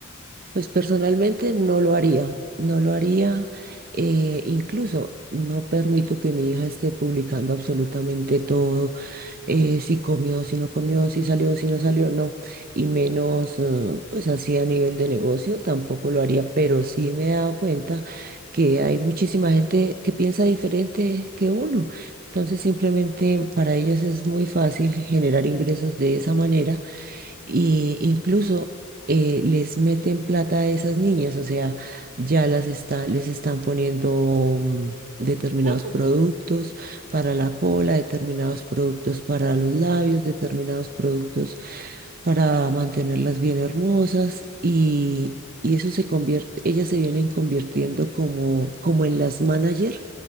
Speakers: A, on the right; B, on the right.
A: Pues personalmente
B: No sé.
A: no lo haría, no lo haría, eh, incluso no permito que mi hija esté publicando absolutamente todo, eh, si comió, si no comió, si salió, si no salió, no, y menos eh, pues así a nivel de negocio tampoco lo haría, pero sí me he dado cuenta que hay muchísima gente que piensa diferente que uno, entonces simplemente para ellos es muy fácil generar ingresos de esa manera y incluso eh, les meten plata a esas niñas, o sea, ya las está, les están poniendo mm, determinados
B: Botox.
A: productos para la cola, determinados productos para los labios, determinados productos para mantenerlas bien hermosas y, y eso se convierte, ellas se vienen convirtiendo como, como en las manager